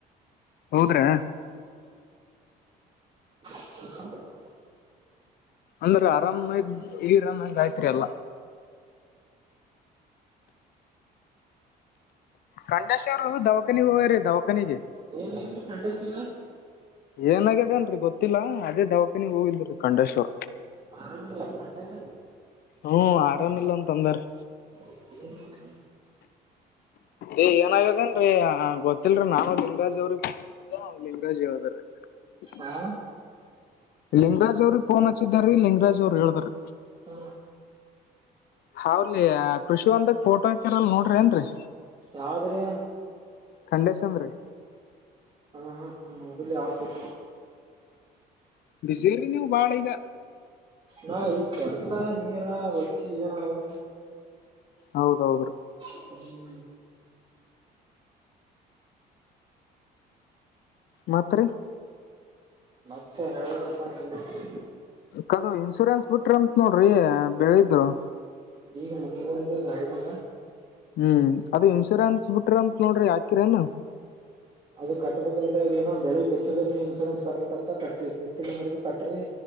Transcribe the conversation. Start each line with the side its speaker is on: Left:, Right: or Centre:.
Left: ಹೌದ್ರಾ
Right: ಹ್ <inaudible>
Left: ಅಂದ್ರೆ ಆರಾಮ ಇದ್ ಇರಾಮಂಗ ಆಯ್ತ್ರಿ ಎಲ್ಲಾ ಕಂಡೇಶ್ವರು ದವಖಾನಿಗೆ ಹೋಗೀ ದವಖಾನಿಗೆ
Right: ಏನ್ ಹೇಗಿದ್ರಿ ಕೆಂಡ ದಿವಸಗ
Left: ಏನಗ್ಯದೇನ್ರರಿ ಗೊತ್ತಿಲ್ಲ ಅದೇ ದವಾಖಾನಿಗ್ ಹೋಗಿದ್ರೀ ಕಂಡಷ್ಟು
Right: ಆರಾಮ ಎಕೊಂಡೆ
Left: ಹ್ಮ್ ಆರಾಮಿಲ್ಲ ಅಂತಂದಾರ್ರೀ
Right: <inaudible>
Left: ಅ ಏನಗ್ಯದೇನ್ರರಿ ಗೊತ್ತಿಲ್ರರಿ ನಾನು ದಿಂಗಾಜ್ ಅವ್ರಿಗೆ ಹ ಅಲ್ಲಿರಾಜಿ ಹೇಳದಾರೆ <unintelligible>
Right: ಹಾ
Left: ಲಿಂಗರಾಜ್ ಅವ್ರಿಗೆ ಫೋನ್ ಹಚ್ಚಿದಾರಿ ಲಿಂಗ್ರಾಜ್ ಅವ್ರರು ಹೇಳ್ದ್ರೀ
Right: ಹಾ
Left: ಹಾವ್ಲಿ ಕೃಷಿ ಒಂದದಾಗ ಫೋಟೋ ಹಾಕ್ಯರಲ್ ನೋಡ್ರಿ ಏನ್ರರಿ
Right: ಯಾವದ್ರಿ
Left: ಖಂಡೇಶನ್ ರೀ
Right: ಹಾ ಹಾ ಹ್ಮ ಅದ ಆಕೊ
Left: ಬಿಸೇರಿ ನೀವು ಬಾಳ ಈಗ
Right: ನಾ ಈ ಕೆಲ್ಸ ನೀರ ಒಗ್ಸಿ ಇವೇನ್ ಮಾಡಡ್ಬ್ರಿ
Left: ಹೌದೌದುರ
Right: ಹ್ಮ್
Left: ಮತ್ ರಿ
Right: ಮತ್ತೆ ಹೇಳುದ್ರಪ್ಪಾ ನಿಮ್ದಗೆ
Left: ಕದು ಇನ್ಶೂರೆನ್ಸ್ ಬಿಟ್ರ ಅಂತ ನೋಡ್ರಿ ಬೆಳಿದ್ರು
Right: ಈಗ ಮನಗ್ ಬಂದ್ರರು ಗಾಡಿ ಬಂದ
Left: ಹ್ಮ್ ಅದ ಇನ್ಶೂರೆನ್ಸ್ ಬಿಟ್ರ ಅಂತ ನೋಡ್ರಿ ಯಾಕಿರೇನು
Right: ಅದ ಕಟ್ಬೇಕಲ್ರರಿ ಅದೇಏನೋ ಬೆಳಿ ಬಿತ್ತದಲ್ ಇನ್ಶೂರೆನ್ಸ್ ಕಟ್ಬೇಕತ್ತ ಕಟ್ಟ ಬಿತ್ತಿಲ್ಲ ಅಂದ್ರ ಭ ಕಟ್ರಿ